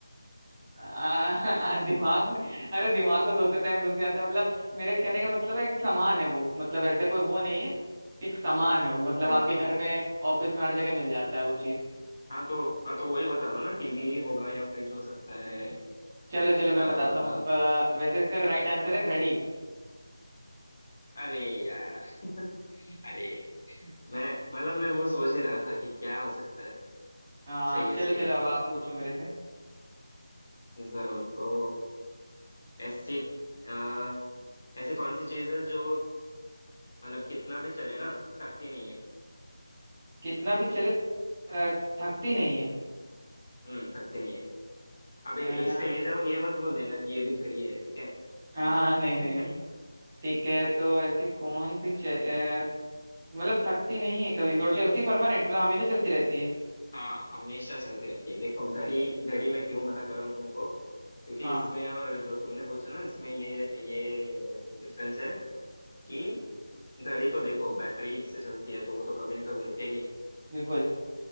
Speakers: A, on the right; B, on the left.
A: आ,
B: <laughs>
A: <laughs> दिमाग अरे दिमाग तो सोते टाइम रुक जाते हैं मतलब मेरे कहने का मतलब है एक सामान है वो मतलब ऐसे कोई वो नहीं है एक सामान है वो मतलब
B: हम्म,
A: आपके घर में ऑफिस में हर जगह मिल जाता है वो चीज
B: हाँ तो हाँ तो वही बता रहा हूँ ना टीवी होगा या फ्रिज हो सकता है
A: चलो चलो मैं
B: अ,
A: बताता हूँ अ, वैसे इसका राइट आंसर है घड़ी
B: अरे यार <laughs> अरे मैं मतलब मैं वो सोच ही रहा था कि क्या हो सकता है
A: हाँ
B: सही है
A: चलो
B: सही
A: चलो
B: है
A: अब आप पूछो मेरे से
B: जरूर तो ऐसी आ, ऐसी कौन सी चीज है जो मतलब कितना भी चले ना थकती नहीं है
A: कितना भी चले अ, थकती नहीं है
B: हम्म थकती नहीं है अब
A: अ,
B: ए-
A: हाँ
B: इसका ये जवाब ये मत बोल देना कि ये भी घड़ी है ठीक है
A: हाँ,
B: <laughs>
A: नहीं नहीं नहीं ठीक है तो ऐसी कौन सी च- अ, मतलब थकती नहीं है कभी भी और चलती परमानेंट मतलब हमेशा चलती रहती है
B: हाँ हमेशा चलती रहती है देखो घड़ी घड़ी मैं क्यों मना कर रहा हूँ तुमको क्योंकि
A: हाँ
B: इसमें और जो तुमने पूछा ना इसमें ये ये डिफरेंस है कि घड़ी तो देखो बैटरी से चलती है तो वो तो कभी ना कभी रुकेगी
A: बिल्कुल